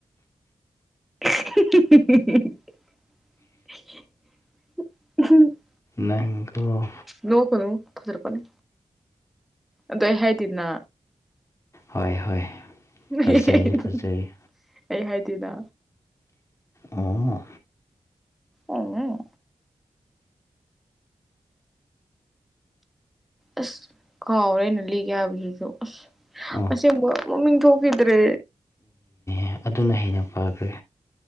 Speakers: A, in the centre; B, on the left (about 25°).
A: <unintelligible>
B: ꯅꯪꯒꯨ
A: ꯅꯣꯛ ꯀꯅꯨ ꯊꯥꯖꯤꯟꯂꯛꯀꯅꯤ ꯑꯗꯣ ꯑꯩ ꯍꯥꯏꯗꯦꯗꯅ꯫
B: ꯍꯣꯏ ꯍꯣꯏ꯫
A: <unintelligible>
B: ꯐꯖꯩ ꯐꯖꯩ
A: ꯑꯩ ꯍꯥꯏꯗꯦꯅ
B: ꯑꯣ
A: ꯑꯣ ꯎꯪ꯫ ꯑꯁ ꯀꯥꯎꯔꯦ ꯑꯩꯅ ꯂꯤꯒꯦ ꯍꯥꯏꯕꯗꯨꯖꯨ ꯑꯁ꯫
B: ꯑꯣ
A: ꯑꯁꯦꯡꯕ ꯃꯃꯤꯡ ꯊꯣꯈꯤꯗ꯭ꯔꯦ꯫
B: ꯑꯦ ꯑꯗꯨꯅ ꯍꯦꯟꯅ ꯐꯈ꯭ꯔꯦ